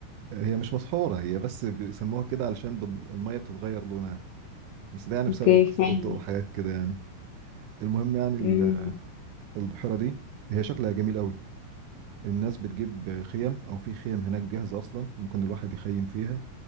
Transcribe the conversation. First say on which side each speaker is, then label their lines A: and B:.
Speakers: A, on the right; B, on the left.
A: هي مش مسحورة هي بس بيسموها كده علشان بن- المية بتتغير لونها بس ده يعني
B: اوكي
A: بسبب انكسار
B: يعني
A: الضوء وحاجات كده يعني المهم يعني ال-
B: مم.
A: البحيرة دي هي شكلها جميل قوي الناس بتجيب خيم او في خيم هناك جاهزه اصلا ممكن الواحد يخيم فيها